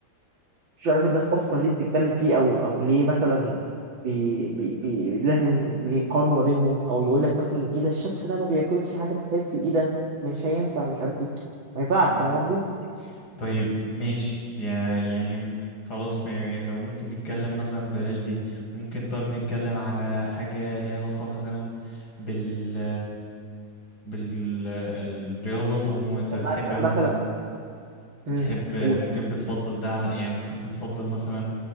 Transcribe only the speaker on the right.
مش عارف الناس اصلا ليه بتتكلم فيه او او ليه مثلا بي بي بي لازم يقارنوا ما بينهم او يقول لك مثلا ايه ده الشخص ده ما بياكلش حاجه سبايسي ايه ده مش هينفع مش عارف ايه ما ينفعش
فاهم قصدي
مس-
مثلا امم
قول